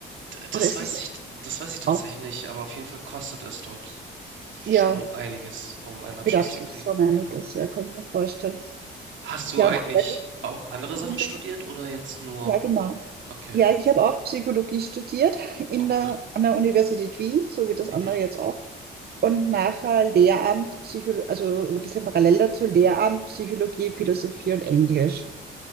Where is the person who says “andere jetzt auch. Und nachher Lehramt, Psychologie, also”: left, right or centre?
Right